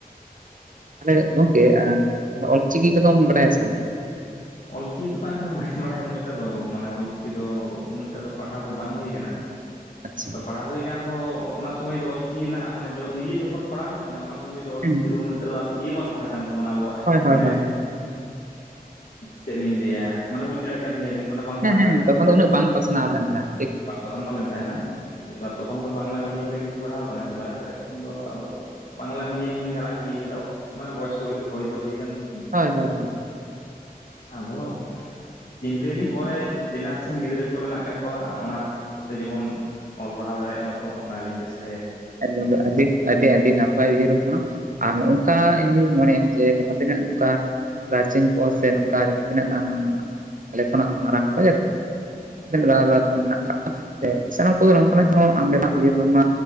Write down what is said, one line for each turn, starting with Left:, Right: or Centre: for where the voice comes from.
Right: ᱛᱟᱞᱮ ᱜᱚᱢᱠᱮ ᱚᱞ ᱪᱤᱠᱤ ᱠᱚᱫᱚᱢ ᱵᱟᱲᱟᱭᱟ ᱥᱮ ᱵᱟᱝ
Left: ᱚᱞ ᱪᱤᱠᱤ ᱠᱚᱫᱚ ᱮᱱᱠᱷᱟᱱ ᱵᱟᱹᱧ ᱵᱟᱲᱟᱭᱟ ᱩᱱᱟᱹᱜ ᱴᱟ ᱫᱚ ᱢᱟᱱᱮ ᱚᱞ ᱪᱤᱠᱤ ᱫᱚ ᱩᱱᱟᱹᱜ ᱴᱟ ᱫᱚ ᱯᱟᱲᱦᱟᱣ ᱫᱚ ᱵᱟᱝ ᱦᱩᱭ ᱠᱟᱱᱟ
Right: ᱟᱪᱪᱷᱟ
Left: ᱯᱟᱲᱦᱟᱣ ᱦᱩᱭ ᱠᱟᱱ ᱨᱮᱦᱚᱸ ᱚᱱᱟ ᱥᱚᱢᱚᱭ ᱫᱚ ᱚᱞ ᱪᱤᱠᱤ ᱨᱮᱱᱟᱜ ᱢᱟᱱᱮ ᱱᱤᱡᱮ ᱡᱚᱠᱷᱚᱱ ᱯᱟᱲᱦᱟᱣ ᱦᱩᱭ ᱞᱮᱱᱟ ᱚᱱᱟ ᱥᱚᱢᱚᱭ ᱫᱚ ᱚᱞ
Right: ᱦᱩᱸ
Left: ᱪᱤᱠᱤ ᱫᱚ ᱩᱱᱟᱹᱜ ᱴᱟ ᱫᱚ ᱤᱭᱟᱹ ᱵᱟᱝ ᱛᱟᱦᱮᱸ ᱠᱟᱱ ᱛᱟᱵᱚᱱᱟ ᱟᱵᱚᱣᱟᱜ
Right: ᱦᱳᱭ ᱦᱳᱭ
Left: ᱢᱟᱱᱮ
Right: ᱦᱳᱭ ᱦᱳᱭ
Left: ᱪᱮᱫ ᱞᱤᱧ ᱞᱟᱹᱭᱟ ᱢᱟᱱᱮ ᱵᱩᱡᱽ ᱫᱟᱲᱭᱟᱜ ᱠᱟᱱ ᱜᱮᱭᱟ ᱢᱮᱱᱮ ᱵᱟᱝ
Right: ᱦᱮᱸ
Left: ᱛᱟᱦᱮᱸ
Right: ᱦᱮᱸ
Left: ᱠᱟᱱᱟ ᱩᱱᱟᱹᱜ
Right: ᱛᱚᱠᱷᱚᱱ
Left: ᱴᱟ
Right: ᱫᱚ ᱵᱟᱝ ᱯᱟᱥᱱᱟᱣ ᱞᱮᱱ ᱛᱟᱦᱮᱸᱫ ᱴᱷᱤᱠ
Left: ᱯᱟᱥᱱᱟᱣ ᱞᱮᱱ ᱛᱟᱦᱮᱸᱱᱟ ᱮ ᱛᱚᱠᱷᱚᱱ ᱫᱚ ᱵᱟᱝᱞᱟ ᱢᱤᱰᱤᱭᱟ. ᱢ ᱨᱮᱜᱮᱞᱤᱧ ᱯᱟᱲᱦᱟᱣ ᱟᱠᱟᱱᱟ ᱮᱵᱟᱨ ᱮᱠᱷᱟᱱ ᱫᱚ ᱟᱫᱚ ᱵᱟᱝᱞᱟ ᱢᱤᱰᱤᱭᱟ. ᱢ ᱦᱚᱸᱞᱤᱧ ᱟᱲᱟᱜ ᱜᱤᱰᱤ ᱠᱟᱫᱟ ᱵᱚᱭᱚᱥ ᱠᱚ ᱠᱟᱹᱴᱤᱡ ᱦᱚᱭ ᱫᱚ ᱦᱩᱭ ᱟᱠᱟᱱ ᱛᱟ
Right: ᱦᱳᱭ ᱦᱳᱭ
Left: ᱟᱫᱚ ᱪᱤᱱᱛᱟᱹᱞᱤᱧ ᱯᱚᱨᱮ ᱡᱮᱱᱟᱨᱮᱥᱚᱱ ᱜᱤᱫᱽᱨᱟᱹ ᱠᱚ ᱢᱮᱱᱟᱜ ᱟᱠᱟᱫ ᱠᱚᱣᱟ ᱚᱱᱟ ᱠᱚᱛᱮ ᱡᱮᱢᱚᱱ ᱚᱞ ᱯᱟᱲᱦᱟᱣ ᱫᱟᱲᱮᱭᱟᱜᱼᱟ ᱚᱱᱟᱞᱤᱧ ᱪᱮᱥᱴᱟ
Right: ᱮᱠᱫᱚᱢ ᱫᱚ ᱟᱹᱰᱤ ᱟᱹᱰᱤ ᱟᱹᱰᱤ ᱱᱟᱯᱟᱭ ᱩᱭᱦᱟᱹᱨᱵᱚᱱᱟ ᱟᱨ ᱱᱚᱝᱠᱟ ᱤᱧ ᱫᱩᱧ ᱢᱚᱱᱮᱭᱟ ᱡᱮᱟᱸ ᱛᱤᱱᱟᱹᱜ ᱱᱚᱝᱠᱟ ᱜᱟᱨᱡᱮᱱ ᱠᱚ ᱥᱮ ᱱᱚᱝᱠᱟ ᱡᱟᱦᱟᱸ ᱛᱤᱱᱟᱹᱜ ᱟᱞᱮ ᱠᱷᱚᱱᱟᱜ ᱢᱟᱨᱟᱝ ᱠᱚᱡᱟ ᱠᱚ ᱢᱮᱱᱟᱜ ᱠᱟᱜ ᱠᱚᱣᱟ ᱥᱟᱱᱟᱢ ᱠᱚᱜ ᱱᱚᱝᱠᱟᱱᱟᱜ ᱦᱚᱸ ᱟᱢ ᱞᱮᱠᱟᱱᱟᱜ ᱩᱭᱦᱟᱹᱨ ᱵᱷᱟᱱᱟ